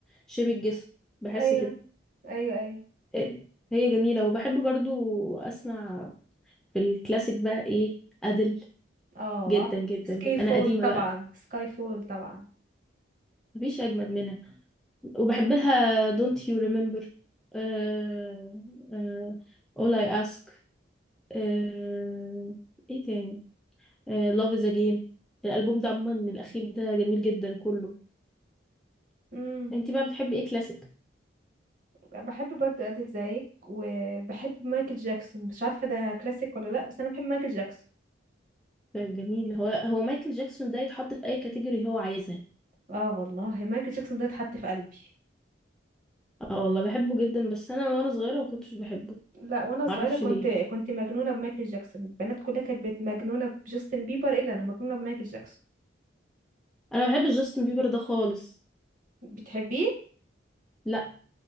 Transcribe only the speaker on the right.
ايوه
ايوه ايوه
اه
سكاي
فول
طبعا
سكاي فول طبعا
امم
بحب برضو ادل زيك وبحب مايكل جاكسون مش عارفه ده كلاسيك ولا لا بس انا بحب مايكل جاكسون
اه والله مايكل جاكسون ده اتحط في قلبي
لا وانا
صغيره كنت
كنت مجنونه بمايكل جاكسون البنات كلها كانت بت- مجنونه بجاستن بيبر الا انا مجنونه بمايكل جاكسون
بتحبيه